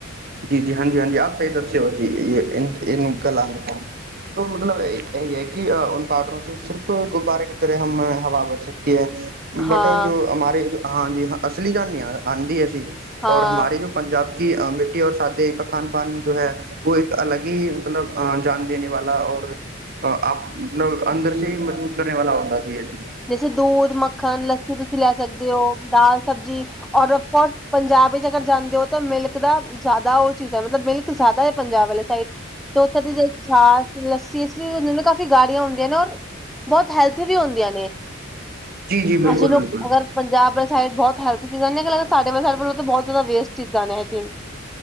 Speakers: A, on the right; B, in the centre.
A: ਜੀ-ਜੀ ਹਾਂਜੀ-ਹਾਂਜੀ ਆਪ ਸਹੀ ਦਸਿਓ ਜੀ ਇਨ ਇਨੂੰ ਕਲਾਂ ਮਤਲਬ ਇਹੀ ਐ ਕਿ ਪਾਡਰੋ ਸਿਰਫ਼ ਗੁਬਾਰੇ ਤਰ ਹਮ ਹਵਾ ਬਰ ਐ
B: ਹਾਂ
A: ਬਟ ਜੋ ਹਮਾਰੇ ਹਾਂਜੀ ਹਾਂ ਅਸਲੀ ਜਾਂਨੇ ਆ ਆਂਦੀ ਅਸੀਂ
B: ਹਾਂ
A: ਔਰ ਹਮਾਰੇ ਜੋ ਪੰਜਾਬ ਕੀ ਅਮੀ ਰ ਓਰ ਸਾਦੇੇ ਕ ਖਾਨ ਪਾਨ ਜੋ ਹੈ ਵੋ ਏਕ ਅਲੱਗ ਈ ਮਤਲਬ ਜਾਨ ਦੇਣੇ ਵਾਲਾ ਔਰ ਆਪ ਮਤਲਬ ਅੰਦਰ ਸੇ ਈ ਮਜ਼ਬੂਤ ਕਰਨ ਵਾਲਾ ਹੁੰਦਾ। <unintelligible>
B: ਜੈਸੇ ਦੂਧ, ਮੱਖਣ, ਲੱਸੀ ਤੁਸੀਂ ਲੈ ਸਕਦੇ ਓ ਦਾਲ ਸਬਜ਼ੀ ਔਰ ਪੰਜਾਬ ਵਿੱਚ ਅਗਰ ਜਾਂਦੇ ਓ ਤੇ ਮਿਲਕ ਦਾ ਜਾਦਾ ਓ ਚੀਜ਼ ਐ ਮਤਲਬ ਮਿਲਕ ਜਾਦਾ ਏ ਪੰਜਾਬ ਵਾਲੇ ਸਾਈਡ ਤੇ ਉੱਥੇ ਦੀ ਜੇ ਛਾਸ, ਲੱਸੀ <unintelligible> ਕਾਫੀ ਗਾੜੀਆਂ ਹੁੰਦੀਆਂ ਨੇ ਓਰ ਬੋਤ ਹੈਲਥੀ ਵੀ ਹੁੰਦੀਆਂ ਨੇ
A: ਜੀ ਜੀ ਬਿਲਕੁਲ
B: ਅਸੀਂ ਲੋਕ
A: ਬਿਲਕੁਲ
B: ਅਗਰ ਪੰਜਾਬ ਵਾਲ ਸਾਈਡ ਬੋਤ ਹੈਲਥ ਚੀਜ਼ਾਂ ਨੇ ਸਾਡੇ ਬੋਤ ਜਾਦਾ ਵੇਸਟ ਚੀਜ਼ਾਂ ਨੇ ਆਈ ਥਿੰਕ